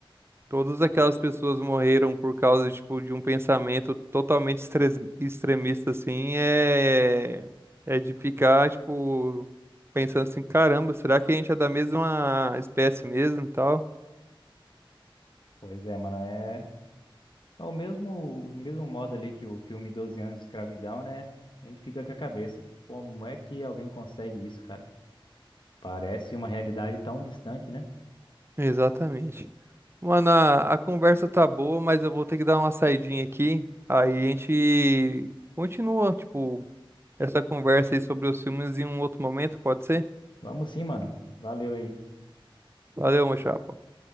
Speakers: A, on the right (about 25°); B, on the left (about 60°).
A: Todas aquelas pessoas morreram por causa, tipo, de um pensamento totalmente estres- extremista, assim, é... é de ficar, tipo, pensando assim, caramba, será que a gente é da mesma espécie mesmo e tal?
B: Pois é, mano, é, é o mesmo, o mesmo modo ali que o filme Doze anos de escravidão, né? A gente fica com a cabeça, como é que alguém consegue isso, cara? Parece uma realidade tão distante, né?
A: Exatamente. Mano, a, a conversa tá boa, mas eu vou ter que dar uma saidinha aqui. Aí a gente continua, tipo, essa conversa aí sobre os filmes em um outro momento, pode ser?
B: Vamos sim, mano. Valeu aí.
A: Valeu, meu chapa.